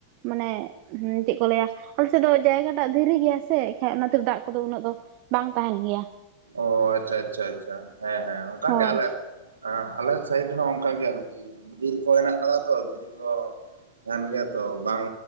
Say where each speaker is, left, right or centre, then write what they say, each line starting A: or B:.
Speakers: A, on the right; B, on the right.
A: ᱢᱟᱱᱮ ᱦᱮᱸ ᱪᱮᱫ ᱠᱚ ᱞᱟᱹᱭᱟ ᱟᱞᱮᱥᱮᱫ ᱫᱚ ᱡᱟᱭᱜᱟᱴᱟᱜ ᱫᱷᱤᱨᱤ ᱜᱮᱭᱟ ᱥᱮ ᱮᱱᱠᱷᱟᱡ ᱚᱱᱟᱛᱮ ᱫᱟᱜ ᱠᱚᱫᱚ ᱩᱱᱟᱹᱜ ᱫᱚ ᱵᱟᱝ ᱛᱟᱦᱮᱸᱱ ᱜᱮᱭᱟ᱾
B: ᱚ ᱟᱪᱷᱟ ᱟᱪᱷᱟ ᱟᱪᱷᱟ ᱦᱮᱸ ᱦᱮᱸ ᱚᱱᱠᱟ
A: ᱦᱳᱭ
B: ᱜᱮ ᱟᱞᱮ ᱟᱸᱜ ᱟᱞᱮ ᱥᱟᱭᱤᱰ ᱦᱚᱸ ᱚᱱᱠᱟᱜ ᱜᱮ ᱟᱨᱠᱤ ᱵᱤᱨ ᱠᱚ ᱦᱮᱱᱟᱜ ᱟᱠᱟᱫᱟ ᱛᱚ ᱫᱷᱤᱨᱤ ᱠᱚ ᱛᱟᱦᱮᱱᱹ ᱜᱮᱭᱟ ᱛᱚ ᱵᱟᱝ